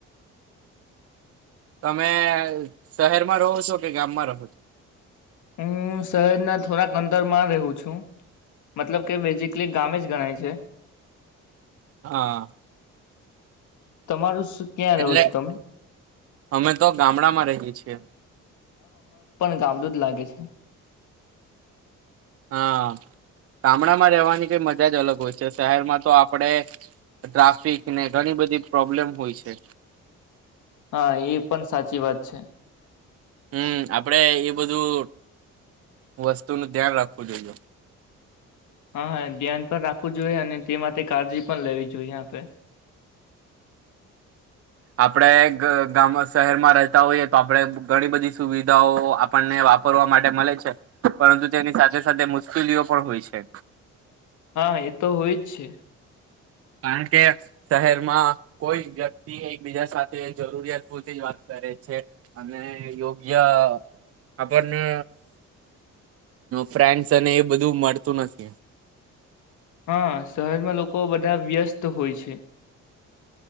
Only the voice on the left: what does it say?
હું શહેરના થોડાક અંદરમાં રેહું છું મતલબ કે બેઝિકલી ગામે જ ગણાય છે.
તમારું શું ક્યાં
રહો છો તમે
ચાલતું જ લાગે છે.
હા એ પણ સાચી વાત છે.
હા હા ધ્યાન પણ રાખવું જોઈએ અને તે માટે કાળજી પણ લેવી જોઈએ આપડે.
હા એ તો હોય જ છે.
હા શહેરમાં લોકો બધા વ્યસ્ત હોય છે.